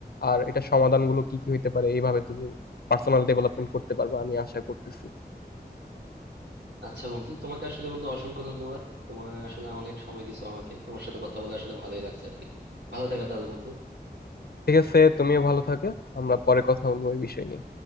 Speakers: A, on the left; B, on the right.
A: আর এটা সমাধানগুলো কি কি হইতে পারে এইভাবে তুমি পার্সোনাল ডেভেলপমেন্ট করতে পারবা আমি আশা করতেছি
B: আচ্ছা বন্ধু তোমাকে আসলে বন্ধু অসংখ্য ধন্যবাদ তোমার আসলে অনেক সময় দিছো আমাকে তোমার সাথে কথা বলে আসলে ভালোই লাগছে আর কি ভালো থাকো তাহলে বন্ধু
A: ঠিক আছে তুমিও ভালো থাকে আমরা পরে কথা বলবো এই বিষয় নিয়ে